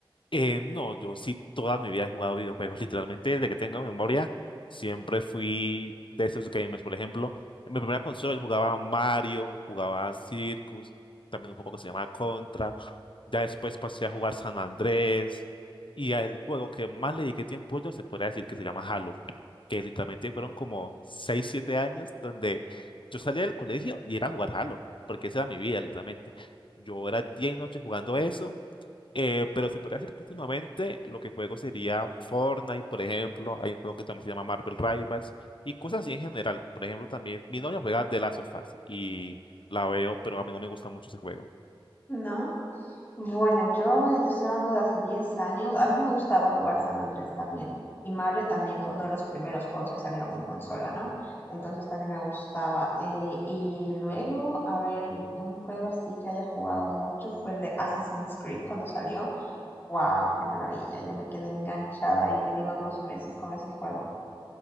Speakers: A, on the left; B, on the left.
A: Eh, no, yo sí toda mi vida he jugado videojuegos, literalmente desde que tengo memoria, siempre fui de esos gamers. Por ejemplo, en mi primera consola yo jugaba Mario, jugaba Circus, también un juego que se llama Contra. Ya después pasé a jugar San Andrés y el juego que más le dediqué tiempo yo se podría decir que se llama Halo, que literalmente fueron como 6 7 años donde yo salía del colegio y era a jugar Halo, porque esa era mi vida, literalmente. Yo era día y noche jugando eso eh, pero se podría decir que últimamente lo que juego sería Fortnite, por ejemplo. Hay un juego que también se llama Marvel Rivals y cosas así en general. Por ejemplo, también mi novia juega The Last of Us y la veo, pero a mí no me gusta mucho ese juego.
B: ¿No? Bueno, yo te estoy hablando de hace 10 años. A mí me gustaba jugar San Andrés también. Y Mario también fue uno de los primeros juegos que salieron en consola, ¿no? Entonces también me gustaba. Eh, y luego, a ver, un juego así que haya jugado mucho fue el de Assassin's Creed cuando salió. ¡Wow! ¡Qué maravilla! Yo me quedé enganchada y te digo, dos meses con ese juego.